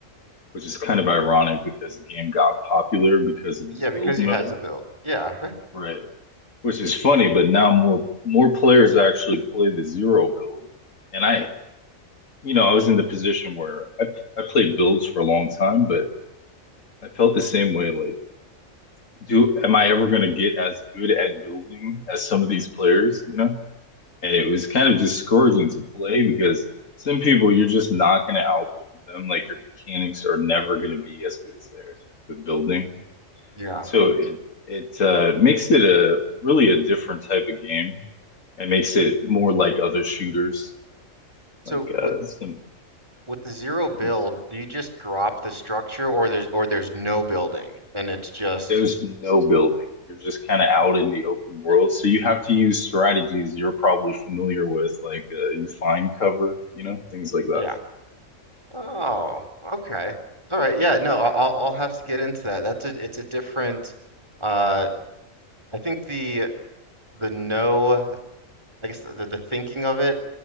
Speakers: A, on the left; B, on the right.
A: which is kind of ironic because the game got popular because of
B: yeah,
A: the
B: because
A: build mode,
B: you had to build. Yeah, <laughs>
A: right? Which is funny, but now more more players actually play the zero build, and I, you know, I was in the position where I I played builds for a long time, but I felt the same way like do am I ever going to get as good at building as some of these players, you know? And it was kind of discouraging to play because some people you're just not going to outbuild them. Like your mechanics are never going to be as good as theirs with building.
B: yeah.
A: So it it uh, makes it a really a different type of game It makes it more like other shooters,
B: So
A: like uh,
B: with
A: some
B: With the zero build,
A: mm-hmm.
B: do you just drop the structure or there's or there's no building and it's just
A: There's no building. You're just kind of out in the open world. So you have to use strategies you're probably familiar with, like uh, you find cover, you know, things like that.
B: yeah. Oh, okay. All right. Yeah, no, I- I'll I'll have to get into that. That's a it's a different uh I think the the no I guess the the thinking of it